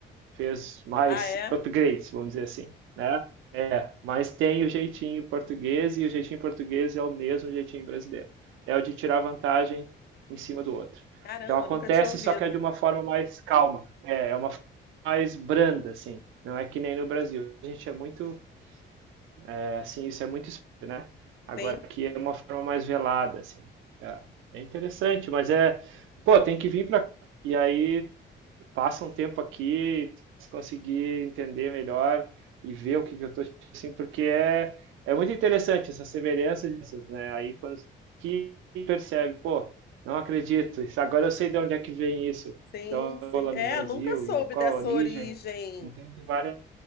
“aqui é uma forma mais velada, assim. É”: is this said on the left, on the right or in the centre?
Right